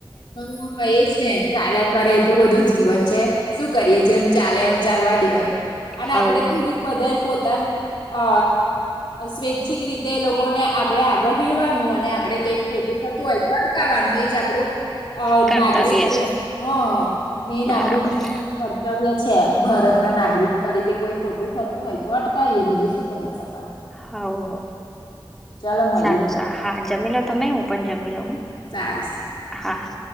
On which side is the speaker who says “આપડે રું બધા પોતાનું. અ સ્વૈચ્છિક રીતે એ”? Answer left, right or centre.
Left